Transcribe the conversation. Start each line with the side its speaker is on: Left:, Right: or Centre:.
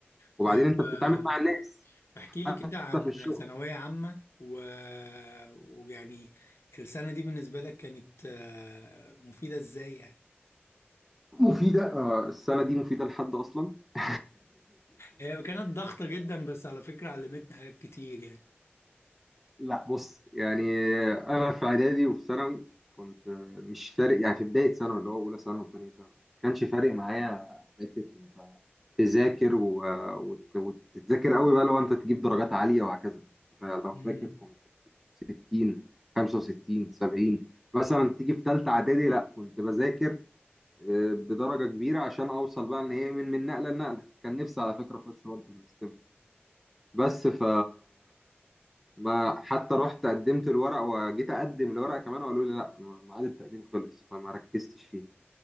Centre: وبعدين
Left: طيب
Centre: انت بتتعامل
Left: آه،
Centre: مع الناس
Left: احكي لي
Centre: حتى
Left: كده عن
Centre: في الشغل
Left: ثانويه عامه و... ويعني السنه دي بالنسبه لك كانت آه مفيده ازاي يعني
Centre: مفيدة آه، السنة دي مفيدة لحد أصلا <laughs>
Left: هي كانت ضغطة جدا بس على فكرة علمتني حاجات كتير يعني
Centre: لا بص يعني أنا في إعدادي وفي ثانوي كنت آه، مش فارق يعني في بداية ثانوي اللي هو أولى ثانوي وثانية ثانوي ما كانش فارق معايا حتة أنت تذاكر و... وت... وتتذاكر قوي بقى لو أنت تجيب درجات عالية وهكذا أنت لو فاكر
Left: امم
Centre: كنت 60 65 70 مثلا تيجي في ثالثة إعدادي لا كنت بذاكر آه، بدرجه كبيره عشان اوصل بقى ان هي من من نقله لنقله كان نفسي على فكره اخش برضه الاستم بس ف ما حتى رحت قدمت الورق وجيت اقدم الورق كمان وقالوا لي لا م- ميعاد التقديم خلص فما ركزتش فيها